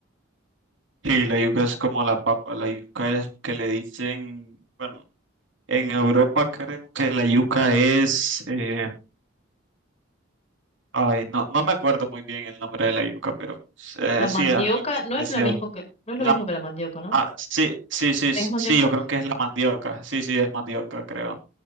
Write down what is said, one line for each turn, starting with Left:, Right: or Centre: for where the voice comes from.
Right: Y la yuca es como la papa, la yuca es que le dicen, bueno, en Europa creo que la yuca es, eh, ay, no, no me acuerdo muy bien el nombre de la yuca, pero eh,
Left: La mandioca
Right: sí, algo así
Left: no
Right: parecido.
Left: es lo mismo que, no es
Right: La
Left: lo mismo que la mandioca, ¿no?
Right: Ah, sí, sí, sí,
Left: ¿Es
Right: sí,
Left: mandioca?
Right: yo creo que es la mandioca. Sí, sí, es mandioca, creo.